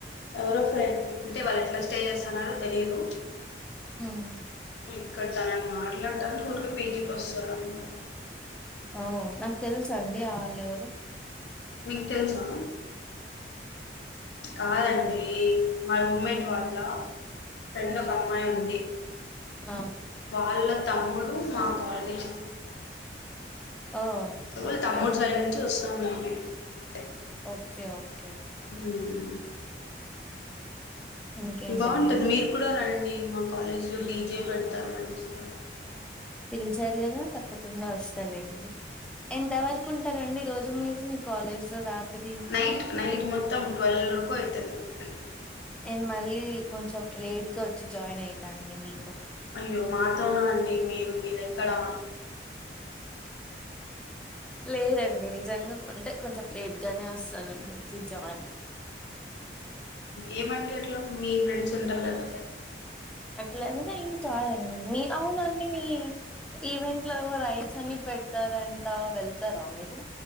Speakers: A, on the left; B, in the centre.
A: ఎవరో ఫ్రెండ్ అంటే వాళ్ళు ఎట్లా స్టే చేస్తాన్నారో తెలిదు.
B: ఉమ్.
A: ఇక్కడ తనని మాట్లాడడాని కోరకు పీజీకి వస్తాదంటా.
B: ఆఓ నాకు తెల్స అండి ఆలు ఎవరో.
A: మీకు తెలుసా కాదండి. మా రూమ్మేట్ వాళ్ళ ఫ్రెండ్ ఒక అమ్మాయి ఉంది.
B: ఆ
A: వాళ్ళు. తమ్ముడు మా కాలేజ్.
B: ఓ
A: ఓలు
B: ఓకే
A: తమ్ముడు సైడ్ నుంచి వస్తు. సోదమే అంతే.
B: Okay okay.
A: ఉమ్
B: ఇంకేంటండి
A: బాగుంటది మీరు కూడా రన్. మా కాలేజ్లో డీజే పెడతారు మంచిగా.
B: పిలిచారు కదా తప్పకుండా వస్తలేండి. ఎంత వరకు ఉంటారండి ఈ రోజు. మీరు మీ కాలేజ్. లో రాత్రి
A: నైట్ నైట్ మొత్తం ట్వాల్ వరకు అయితది. ఉమ్
B: నేను మళ్ళీ కొంచెం లేట్గా వచ్చి జాయిన్ అయితాండి నీతో.
A: అయ్యో మాతోనా అండి మీరు మీరెక్కడా.
B: లేదండి నిజంగా. అంటే కొంచెం లేట్ గానే వస్తానండి వచ్చి జాని.
A: ఏమండి అట్లా. మీ ఫ్రెండ్స్ ఉంటారు కదా.
B: అట్లా అని ఏం కాదండి మీ అవునండి మీ ఈవెంట్ లో రైడ్స్ అని పెడతారంటా వెళ్తారా మీరు.